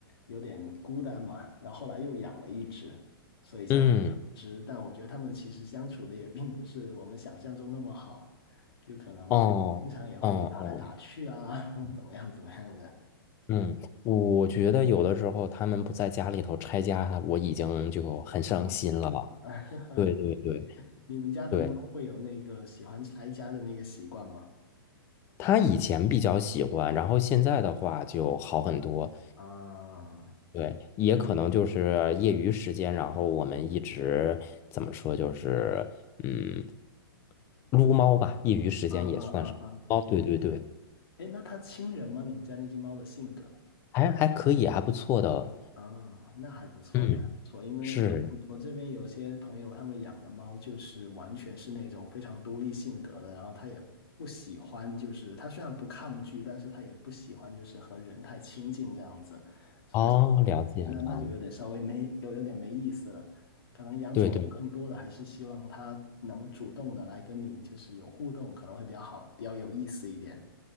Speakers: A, on the left; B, on the left.
A: 有点孤单嘛，然后后来又养了一只，所以现在是两只，
B: 嗯，
A: 但我觉得它们其实相处的也并不是我们想象中那么好，就可能经常也会打来打去啊，
B: 哦哦哦
A: <laughs> 怎么样怎么样的，
B: 嗯，我我觉得有的时候他们不在家里头拆家，我已经就很伤心了。
A: 蛮埋的。<laughs>
B: 对对对
A: 你们家的猫会有那个喜欢拆家的那个习惯吗？
B: 对，他以前比较喜欢，然后现在的话就好很多。
A: 啊，
B: 对，也可能就是业余时间，然后我们一直怎么说，就是嗯，撸猫吧，业余时间也算是。
A: 啊啊啊啊！
B: 哦，对对对，
A: 哎，那它亲人吗？你们家那只猫的性格？
B: 还还可以，还不错的。
A: 啊，那还不错，
B: 嗯，
A: 那还不错。因为我我这边有些朋友，
B: 是，
A: 他们养的猫就是完全是那种非常独立性格的，然后它也不喜欢，就是它虽然不抗拒，但是它也不喜欢就是和人太亲近这样子，所以我那那就有点稍微没有有点没意思了。
B: 哦，了解了。
A: 可能养宠物更多的还是希望它能主动的来跟你就是有互动，
B: 对对。
A: 可能会比较好，比较有意思一点。